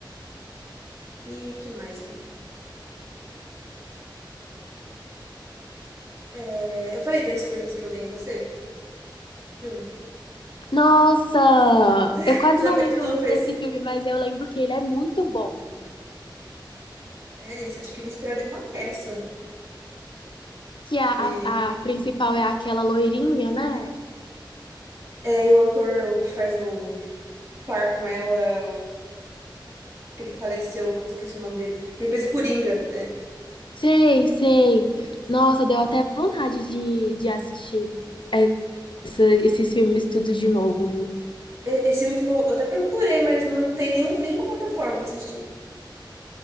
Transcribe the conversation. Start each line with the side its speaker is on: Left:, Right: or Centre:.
Right: E que mais, mano? É, eu falei 10 coisas que eu dei em você, o filme.
Left: Nossa,
Right: <laughs> Eu
Left: eu quase
Right: precisava
Left: não
Right: ver
Left: lembro
Right: de novo
Left: muito
Right: esse.
Left: desse filme, mas eu lembro que ele é muito bom.
Right: É, esse- acho que ele é inspirado em uma peça.
Left: Que é a,
Right: E,
Left: a, a principal é aquela loirinha, né?
Right: é, e o ator, o que faz o par com ela, aquele que faleceu, que eu esqueci o nome dele, que ele fez o Coringa.
Left: Sei, sei. Nossa, deu até vontade de, de assistir essa- esses filmes tudo de novo.
Right: E- Esse último eu até procurei, mas não tem nenhum, nenhuma plataforma pra assistir.